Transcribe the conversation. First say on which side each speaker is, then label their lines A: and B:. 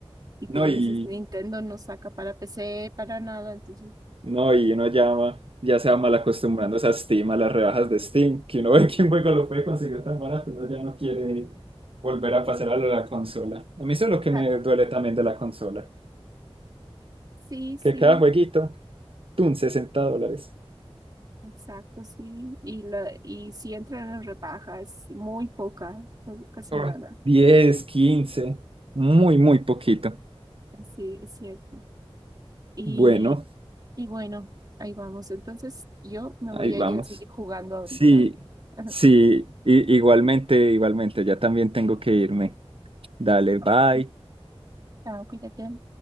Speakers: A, on the right (about 40°); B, on the right (about 60°).
A: Y
B: No,
A: como
B: y,
A: dices, Nintendo no saca para PC, para nada, entonces.
B: No, y uno llama, ya se va mal acostumbrándose a Steam, a las rebajas de Steam, que uno <laughs> ve que un juego lo puede conseguir tan barato, uno ya no quiere volver a pasar a lo de la consola. A mí eso es
A: Exacto.
B: lo que me duele también de la consola,
A: Sí, sí,
B: que cada jueguito, tun, sesenta dólares,
A: exacto, sí. Y, la, y si entran en rebajas, muy poca, o casi
B: Ah.
A: nada.
B: 10, 15, muy, muy poquito.
A: Sí, es cierto. Y,
B: Bueno,
A: y bueno, ahí vamos. Entonces, yo me
B: ahí
A: voy a
B: vamos.
A: ir a seguir jugando ahorita.
B: Sí,
A: <laughs>
B: sí, i- igualmente, igualmente, ya también tengo que irme. Dale,
A: Ok,
B: bye.
A: chao, cuídate.